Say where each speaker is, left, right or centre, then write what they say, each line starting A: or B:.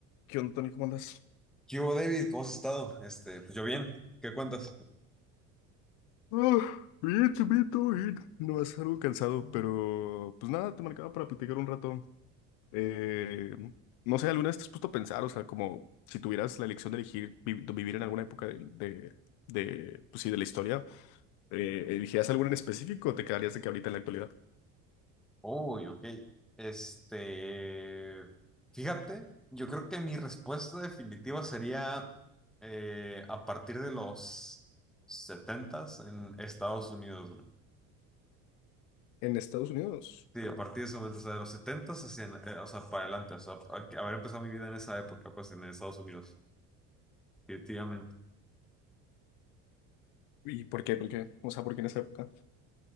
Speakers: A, on the left; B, in the centre.
A: ¿Qué onda, Tony? ¿Cómo andas?
B: ¿Qué hubo, David? ¿Cómo has estado? Este, pues yo bien. ¿Qué cuentas?
A: Ah, bien, bien, todo bien. No, es algo cansado, pero pues nada, te marcaba para platicar un rato. Eh, no sé, ¿alguna vez te has puesto a pensar, o sea, como si tuvieras la elección de elegir vi- vivir en alguna época de, de, de, pues sí, de la historia, eh, ¿elegirías alguna en específico o te quedarías de que ahorita en la actualidad?
B: Uy, ok. Este, fíjate, yo creo que mi respuesta definitiva sería eh, a partir de los setentas en Estados Unidos. güey.
A: En Estados Unidos.
B: Sí, a partir de ese momento, o sea, de los setentas hacia, eh, o sea, para adelante, o sea, a- haber empezado mi vida en esa época, pues en Estados Unidos, definitivamente.
A: ¿Y por qué? ¿Por qué? O sea, ¿por qué en esa época?